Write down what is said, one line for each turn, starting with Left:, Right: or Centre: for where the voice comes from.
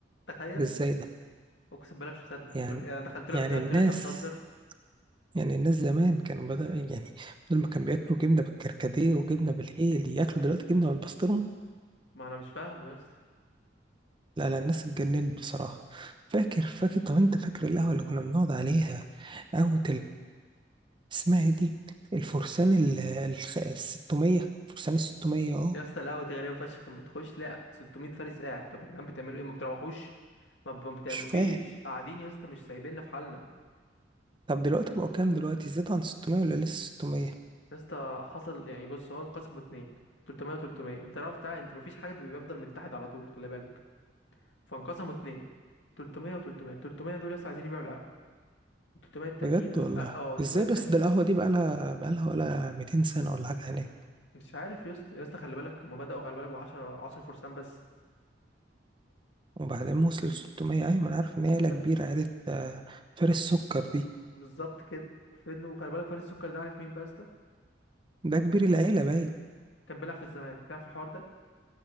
Left: تخيل
Right: ده ازاي ده
Left: اقسم بالله مش مصدق
Right: يعني
Left: قل- يعني أنا دخلت له
Right: يعني
Left: قبل كده قلت
Right: الناس
Left: له انت بتهزر
Right: يعني الناس زمان كانوا بدأ يعني بدل ما كانوا بياكلوا جبنه بالكركديه وجبنه بالايه اللي ياكلوا دلوقتي جبنه بالبسطرمه
Left: ما انا مش فاهمه يا اسطى
Right: لا لا الناس اتجننت بصراحه فاكر فاكر طب انت فاكر القهوه اللي كنا بنقعد عليها قهوه اسمها إيه دي الفرسان ال الخ- الستمية فرسان الستمية اه
Left: يا اسطى القهوة دي غريبة فشخ كان بتخش لا 600 فارس قاعد طب يا جدعان بتعملوا ايه ما بتروحوش ما ب- ما بتعملوا
Right: مش فاهم
Left: فيش قاعدين يا اسطى مش سايبيننا في حالنا
Right: طب دلوقتي بقوا كام دلوقتي زاد عن 600 ولا لسه 600
Left: يا اسطى حصل يعني بص هو انقسموا اتنين 300 و300 انت عارف بتاع انت مفيش حاجه بيبقى بيفضل متحد على طول خلي بالك فانقسموا اتنين 300 و300 300 دول يا اسطى عايزين يبيعوا القهوه و 300 التانيين
Right: بجد والله
Left: اه آه، 300
Right: ازاي
Left: التانيين
Right: بس ده القهوة دي بقالها بقالها ولا 200 سنة ولا حاجة هناك
Left: مش عارف يا اسطى يا اسطى خلي بالك هما بداوا خلي بالك ب 10 10 فرسان بس
Right: وبعدين وصل 600 ايوه ما انا عارف ان هي عيلة
Left: وصلت
Right: كبيرة عيلة آه، فارس سكر دي
Left: بالظبط كده فضلوا خلي بالك فريق السكر ده عارف مين بقى يا اسطى
Right: ده كبير العيلة باين
Left: كان بيلعب في الزمالك عارف الحوار ده